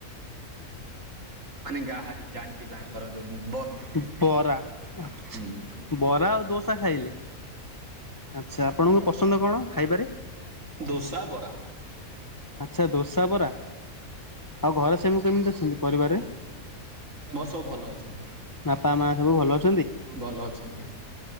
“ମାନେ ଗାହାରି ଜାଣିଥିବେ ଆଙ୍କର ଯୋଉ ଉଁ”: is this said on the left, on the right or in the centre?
Right